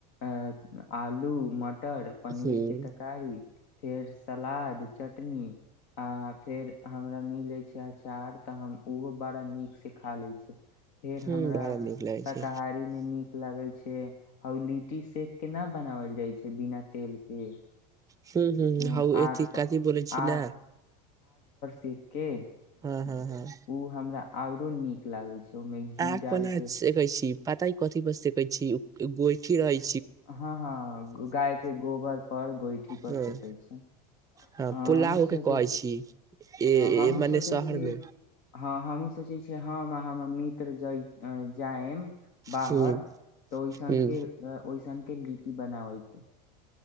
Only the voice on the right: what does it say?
उम्म
उम्म
बड़ा निक लागे
छै
हू हू
हउ
ए
कथी बोले छी
ने
हां हां हां
आग
कोना
सेकै छी? पता अय कथी पर सके छी गोइठी रहै।
हां।
हँ
पुलाव
के कहै
ए
ए मने
शहर
मे
हुं
हुं